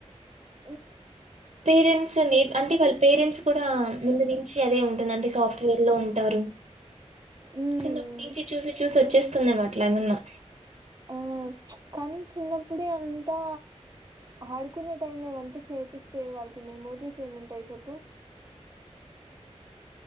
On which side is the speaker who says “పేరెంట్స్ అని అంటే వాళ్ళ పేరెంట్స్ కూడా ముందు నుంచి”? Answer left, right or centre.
Right